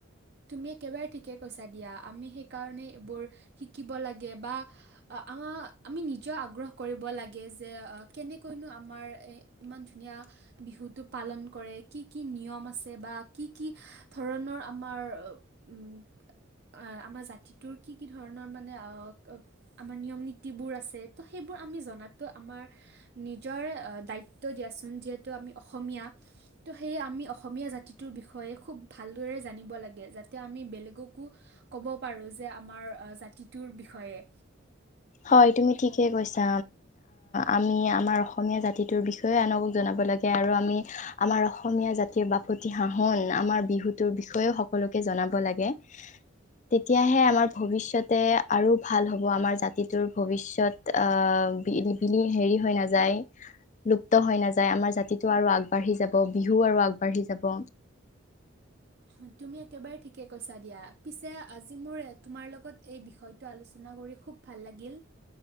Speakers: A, on the right; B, on the left.
A: তুমি একেবাৰে ঠিকে কৈছা দিয়া আমি সেইবোৰ শিকিব লাগে বা আমাৰ আমি নিজেও আগ্ৰহ কৰিব লাগে যে কেনেকৈনো আমাৰ ইমান ধুনীয়া বিহুটো পালন কৰে কি কি নিয়ম আছে বা কি কি ধৰণৰ আমাৰ উম অ আমাৰ জাতিটোৰ কি কি ধৰণৰ মানে অ আমাৰ নিয়ম নীতি বোৰ আছে ত সেই আমি জনা সেইটো আমাৰ নিজৰে দায়িত্ব দিয়াচোন যিহেতু আমি অসমীয়া ত সেয়া আমি অসমীয়া জাতিটোৰ বিষয়ে খুব ভালদৰে জানিব লাগে আমি বেলেগকো ক'ব পাৰো যে আমাৰ জাতিটোৰ বিষয়ে
B: হয় তুমি ঠিকে কৈছা আমি আমাৰ অসমীয়া জাতিটোৰ বিষয়ে আনক জনাব জনাব লাগে আৰু আমি আমাৰ অসমীয়া জাতিৰ বাপতি সাহন আমাৰ বিহুতোৰ বিষয়েও সকলোকে জনাব লাগে তেতিয়াহে আমাৰ ভৱিষ্যতে আৰু ভাল হব আমাৰ জাতি তোৰ ভৱিষ্যয়ত আহ বিলন হেৰি হৈ নাযায় লুপ্ত হৈ নাযায় আমাৰ জাতিটো আৰু আগবাঢ়ি যাব বিহু আৰু আগবাঢ়ি যাব
A: <inaudible> তুমি একেবাৰে ঠিকে কৈছা দিয়া পিছে আজি মোৰ তোমাৰ লগত এই বিষয়টো আলোচনা কৰি খুব ভাল লাগিল।